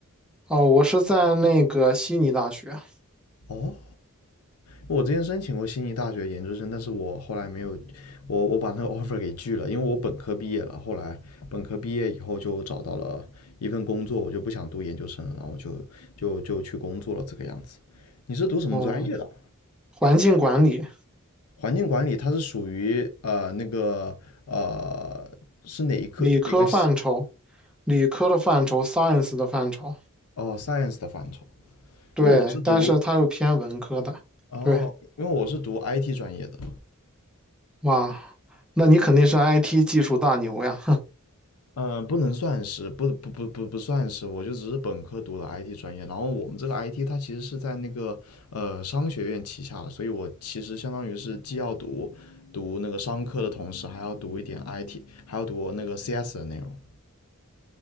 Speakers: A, in the centre; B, on the left (about 85°).
A: 哦，我是在那个悉尼大学，
B: 哦，我之前申请过悉尼大学研究生，但是我后来没有，我我把那个 <laughs> offer 给拒了，因为我本科毕业了，后来本科毕业以后就找到了一份工作，我就不想读研究生了，然后就就就去工作了这个样子。你是读什么专业的啊？
A: 嗯，环境管理
B: 环境管理它是属于呃那个呃是哪一科哪个系
A: 理科范畴，理科的范畴，science 的范畴，
B: 哦 science 的范畴？
A: 对，
B: 因为我是读
A: 但是它又偏文科的，
B: 哦，
A: 对，
B: 因为我是读 IT 专业的，
A: 哇，那你肯定是 IT 技术大牛呀，<laughs>
B: 嗯、不能算是不不不不不算是，我就只是本科读了 IT 专业，然后我们这个 IT 它其实是在那个呃商学院旗下的，所以我其实相当于是既要读读那个商科的同时，还要读一点 IT，还要读那个 CS 的内容。